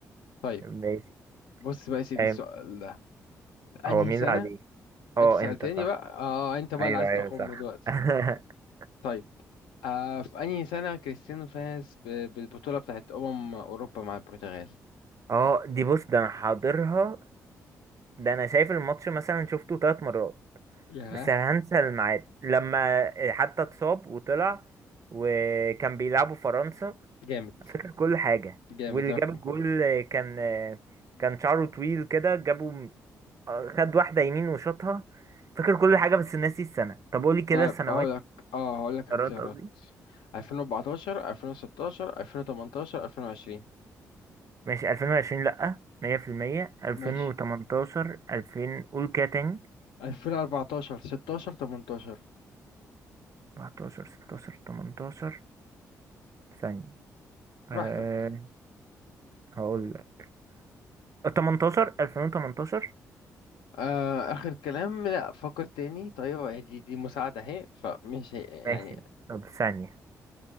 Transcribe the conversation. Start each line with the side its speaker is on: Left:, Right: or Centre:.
Left: طيب
Right: ماشي
Left: بص بقى يا سيدي
Right: أيوة.
Left: السؤال ده انهي
Right: هو مين
Left: سنة
Right: اللي عليه اه
Left: انت سألتني
Right: انت صح
Left: بقى اه انت بقى
Right: ايوه
Left: اللي عايز
Right: ايوه
Left: تخم
Right: صح
Left: دلوقتي
Right: <laughs>
Left: طيب آه في أنهي سنة كريستيانو فاز ب- بالبطولة بتاعت أمم أوروبا مع البرتغال؟
Right: اه دي بص ده انا حاضرها ده انا شايف الماتش مثلا شفته ثلاث مرات
Left: ياه
Right: بس هنسى الميعاد لما حتى اتصاب وطلع وكان بيلعبوا فرنسا
Left: جامد
Right: فاكر كل حاجة
Left: جامد
Right: واللي
Left: لكن
Right: جاب الجول كان كان شعره طويل كده جابه خد واحدة يمين وشاطها فاكر كل حاجة بس ناسي السنة طب قولي كده
Left: طيب
Right: السنوات
Left: هقول لك اه هقول لك اختيارات
Right: قرارات قصدي
Left: 2014 2016 2018 2020
Right: ماشي 2020 لأ 100% 2018
Left: ماشي
Right: 2000 قول كده تاني
Left: 2014 16 18
Right: 14 16 18 ثانية أه
Left: براحتك
Right: هقول لك 18 2018
Left: آه آخر كلام لا فكر تاني طيب دي دي مساعدة اهي فمش هي- يعني
Right: ماشي طب ثانية